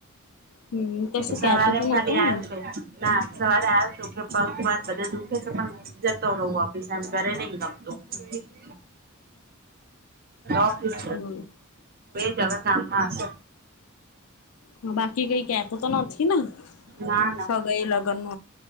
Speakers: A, on the left; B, on the right.
A: હમ કશું
B: સવારે
A: કેતો તો
B: ખાલી
A: નહોતો
B: આવજે
A: ને
B: ના સવારે આવ તુ કે પન બધા દુખે છે, પણ જતો રહવું આપીશ એમ ઘરે નઈ ગમતું હ,, ઓફીસ
A: બોલો
B: ગયો કામમાં હસે
A: હ બાકી કઈ કેતો તો નથી, ને
B: ના ના
A: સગાઈ લગન